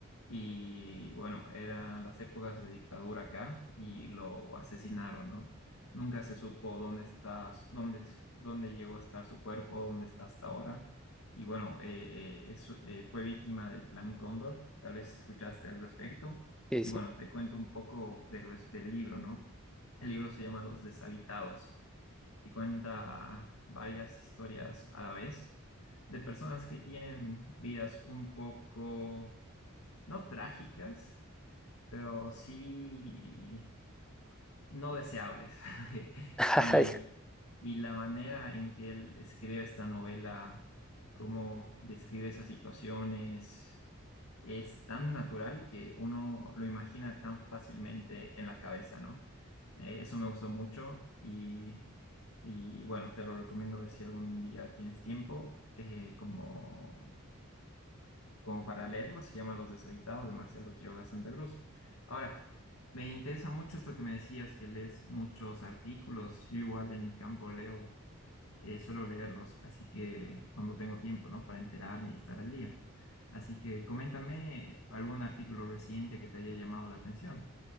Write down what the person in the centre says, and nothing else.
Sí,
sí.
<laughs>
Ay,